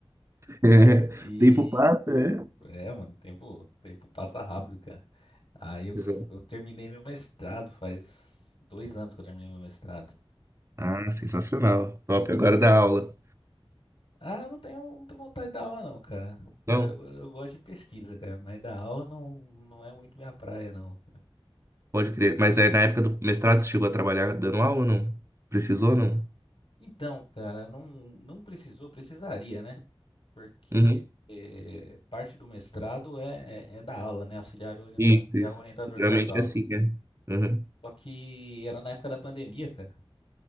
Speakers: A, on the right; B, on the left.
A: É,
B: E
A: O tempo passa, é?
B: é, mano, tempo, tempo passa rápido, cara. Aí eu, f-
A: Exato.
B: eu terminei meu mestrado, faz dois anos que eu terminei meu mestrado.
A: Ah, sensacional. Top, agora dá aula.
B: Ah, eu não tenho muita vontade de dar aula, não, cara.
A: Não,
B: Eu, eu gosto de pesquisa, cara, mas dar aula não, não é muito minha praia, não.
A: pode crer. Mas aí na época do mestrado você chegou a trabalhar dando aula ou não? Precisou ou não?
B: Então, cara, não, não precisou, precisaria, né? porque
A: Uhum.
B: eh, parte do mestrado é, é, é da aula, né? Auxiliar, orien-
A: Isso,
B: auxiliar
A: isso.
B: orientador
A: Geralmente
B: com as aulas.
A: é assim, né? Uhum.
B: Só que era na época da pandemia, cara.